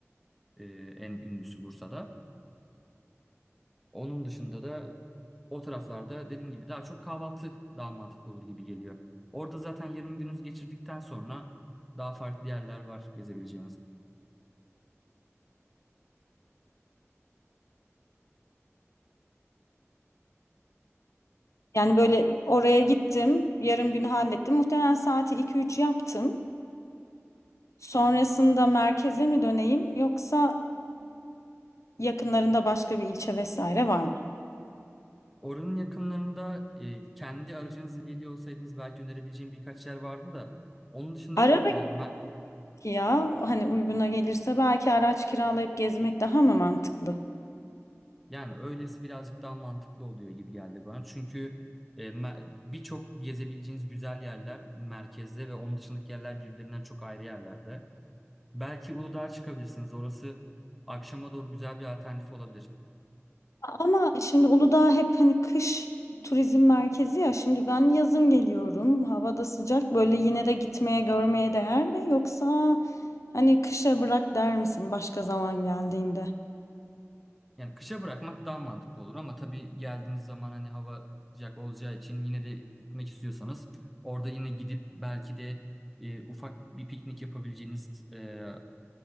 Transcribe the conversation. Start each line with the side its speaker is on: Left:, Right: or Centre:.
Centre: e, en ünlüsü Bursa'da. Onun dışında da o taraflarda dediğim gibi daha çok kahvaltı daha mantıklı olur gibi geliyor. Orada zaten yarım gününüzü geçirdikten sonra daha farklı yerler var gezebileceğiniz.
Left: Yani böyle oraya gittim, yarım günü hallettim. Muhtemelen saati iki üç yaptım. Sonrasında merkeze mi döneyim yoksa yakınlarında başka bir ilçe vesaire var mı?
Centre: Oranın yakınlarında e, kendi aracınızla geliyor olsaydınız belki önerebileceğim birkaç yer vardı da onun dışında
Left: Ara
Centre: e, me-
Left: ki ya hani uyguna gelirse belki araç kiralayıp gezmek daha mı mantıklı?
Centre: yani öylesi birazcık daha mantıklı oluyor gibi geldi bana. Çünkü e, me- birçok gezebileceğiniz güzel yerler merkezde ve onun dışındaki yerler birbirlerinden çok ayrı yerlerde. Belki Uludağ'a çıkabilirsiniz. Orası akşama doğru güzel bir alternatif olabilir.
Left: Ama şimdi Uludağ hep hani kış turizm merkezi ya. Şimdi ben yazın geliyorum. Havada sıcak. Böyle yine de gitmeye görmeye değer mi? Yoksa hani kışa bırak der misin başka zaman geldiğinde?
Centre: Yani kışa bırakmak daha mantıklı olur ama tabii geldiğiniz zaman hani hava sıcak olacağı için yine de gitmek istiyorsanız orada yine gidip belki de e, ufak bir piknik yapabileceğiniz e,